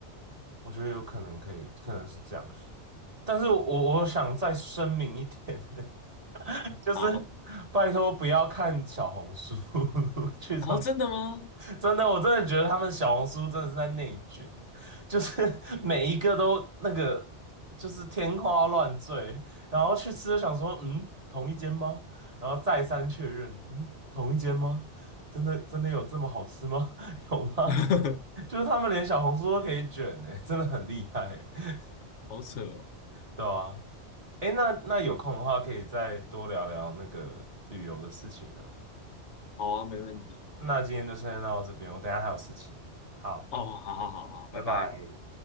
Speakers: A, on the right; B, on the left.
A: 我觉得有可能可以，可能是这样，但是我我想再声明一点，<laughs> 就是
B: 好，
A: 拜托不要看小红书，<laughs> 去中
B: 然后真的吗？
A: 真的，我真的觉得他们小红书真的是在内卷，就是 <laughs> 每一个都那个就是天花乱坠，然后去吃就想说，嗯，同一间吗？然后再三确认，嗯，同一间吗？真的真的有这么好吃吗？<laughs> 有吗？
B: <laughs>
A: <laughs> 就是他们连小红书都可以卷呢、真的很厉害欸、
B: 好扯哦。
A: 对啊，哎，那那有空的话可以再多聊聊那个旅游的事情啊。
B: 好啊，没问题。
A: 那今天就先到这边，我等一下还有事情。好，
B: 哦，好好好好，
A: 拜拜。
B: 拜拜。